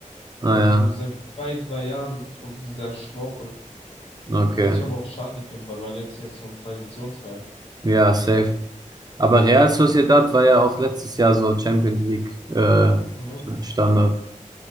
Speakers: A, on the right; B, on the left.
A: naja,
B: Also so seit zwei, drei Jahren tun die sehr straucheln.
A: okay.
B: Was ich aber auch schade finde, weil Valencia ist so ein Traditionsverein.
A: Ja, safe. Aber
B: Ja.
A: Real Sociedad war ja auch letztes Jahr so Champions League äh,
B: Mhm.
A: Standard.